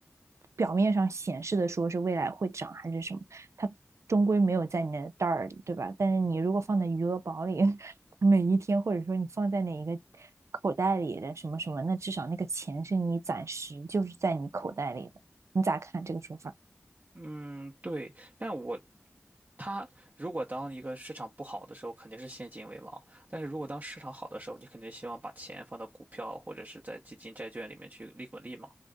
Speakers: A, on the right; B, on the right.
A: 表面上显示的说是未来会涨还是什么，它终归没有在你的袋儿里，对吧？但是你如果放在余额宝里，<laughs> 每一天或者说你放在哪一个口袋里的什么什么，那至少那个钱是你暂时就是在你口袋里的。你咋看这个说法？
B: 嗯，对，但我它如果当一个市场不好的时候，肯定是现金为王，但是如果当市场好的时候，你肯定希望把钱放到股票或者是在基金、债券里面去利滚利嘛。